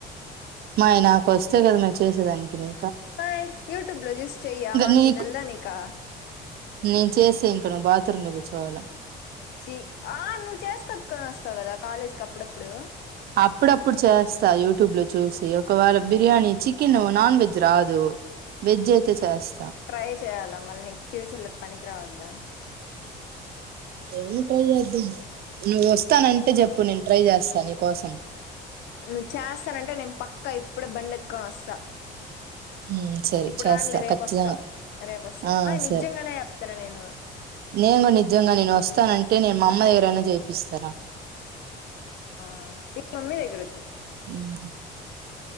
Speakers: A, on the right; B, on the left.
A: మయ్ నాకోస్తే కదా మె చేసేదానికి ని
B: పయ్ యూట్యూబ్ లో జుసి చెయ ఆ మాత్రం
A: నీకు
B: తెల్దా నీకా
A: నేను చేస్తే ఇంక నువ్వు బాత్రూమ్ లో కూర్చోవాల
B: చి ఆ నువ్వు చేస్ కట్కోనోస్తావు కదా కాలేజ్ కప్పుడప్పుడు
A: అప్పుడప్పుడు చేస్తా యూట్యూబ్ లో చూసి ఒకవేళ బిర్యానీ చికెన్ నాన్ వెజ్ రాదు వెజ్ అయితే చేస్
B: ట్రై చేయాల మళ్ళీ నీకు ఫ్యూచర్ల పనికి రావద్దా
A: ఎం ట్రై చేద్దాం నువ్వు వస్తానంటే చెప్పు నేను ట్రై చేస్తా ని కోసం
B: నువ్వు చేస్తానంటే నేను పక్కా ఇప్పుడే బండెత్తుకొని వస్తా
A: ఉమ్ సరే
B: ఇప్పుడు
A: చేస్తా
B: రానిలే రేపొస్తా
A: ఖచ్చితంగా
B: రేపొస్తా
A: ఆ
B: మే
A: సరే
B: నిజంగానే తన నేను
A: నేను నిజంగా నేను వస్తానంటే నేను మామ్మ దగ్గరైనా చేపిస్తారా
B: ఆ <inaudible> దగ్గర
A: ఉమ్